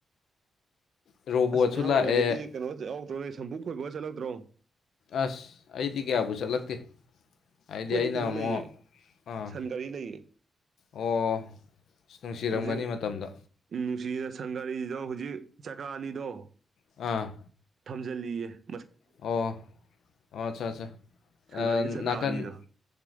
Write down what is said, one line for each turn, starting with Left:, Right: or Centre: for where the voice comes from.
Left: ꯔꯣꯕꯣꯠꯁꯨ
Right: ꯑꯁ ꯑꯉꯥꯡ
Left: ꯂꯥꯛꯑꯦ
Right: ꯑꯣꯏꯔꯤꯉꯩꯗꯗꯤ ꯀꯩꯅꯣ ꯌꯥꯎꯗ꯭ꯔꯣ ꯅꯣꯏ ꯁꯝꯕꯨꯨ ꯈꯣꯏꯕꯒ ꯆꯠꯂꯛꯇ꯭ꯔꯣ
Left: ꯑꯁ ꯑꯩꯗꯤ ꯀꯌꯥꯕꯨ ꯆꯠꯂꯛꯇꯦ ꯍꯥꯏꯗꯤ
Right: ꯑꯩꯈꯣꯏꯗꯤ
Left: ꯑꯩꯅ
Right: ꯀꯩꯅꯣ
Left: ꯑꯃꯨꯛ
Right: ꯂꯩꯌꯦ
Left: ꯑꯥ
Right: ꯁꯟꯒꯥꯔꯤ ꯂꯩꯌꯦ
Left: ꯑꯣ ꯑꯁ ꯅꯨꯡꯁꯤꯔꯝꯒꯅꯤ
Right: ꯍꯧꯖꯤꯛ
Left: ꯃꯇꯝꯗ
Right: ꯅꯨꯡꯁꯤꯅ ꯁꯪꯒꯥꯔꯤꯗꯣ ꯍꯧꯖꯤꯛ ꯆꯀꯥ ꯑꯅꯤꯗꯣ
Left: ꯑ
Right: ꯂꯤꯦ
Left: ꯑꯣ ꯑꯆꯥ ꯑꯆꯥ
Right: ꯁꯪꯒꯥꯔꯤꯒꯤ
Left: ꯅꯥꯀꯟ
Right: ꯆꯀꯥ ꯑꯅꯤꯗꯣ